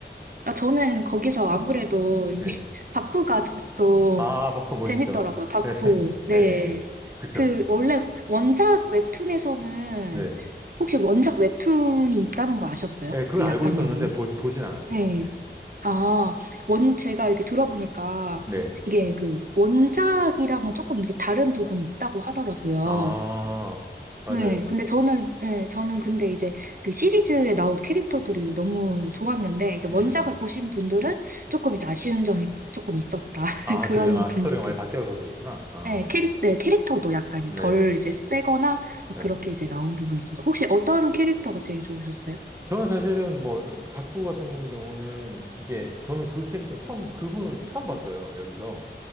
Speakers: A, on the right (about 50°); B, on the right (about 15°).
A: 아, 저는 거기서 아무래도 이게
B: 예.
A: <laughs> 바쿠가 좀
B: 아, 바코 멋있죠.
A: 재밌더라고요. 바쿠.
B: 예,
A: 네.
B: <laughs> 예, 그쵸.
A: 그 원래 원작 웹툰에서는
B: 네.
A: 혹시 원작 웹툰이 있다는 거 아셨어요?
B: 예, 그건
A: 그
B: 알고
A: 약한
B: 있었는데,
A: 영웅이?
B: 보, 보진 않았어요.
A: 네.
B: 예.
A: 아, 원, 제가 이렇게 들어보니까
B: 네.
A: 이게 그 원작이랑은 조금 이렇게 다른 부분이 있다고 하더라고요.
B: 아, 맞아요.
A: 네. 근데 저는, 네, 저는 근데 이제 그 시리즈에 나온 캐릭터들이 너무 좋았는데, 이제
B: 음.
A: 원작을 보신 분들은 조금 이제 아쉬운 점이 조금 있었다. <laughs>
B: 아,
A: 그런
B: 그래요? 아,
A: 분들도
B: 스토리가 많이
A: 있
B: 바뀌어서 그렇구나. 아,
A: 네, 캐릭, 네, 캐릭터도 약간
B: 네.
A: 덜 이제 세거나 막
B: 네.
A: 그렇게 이제 나온 부분이 있어서. 혹시 어떤 캐릭터가 제일 좋으셨어요?
B: 저는 사실은 뭐, 바쿠 같은 경우는 이게, 저는 그 캐릭터는 처음, 그분을 처음 봤어요, 여기서.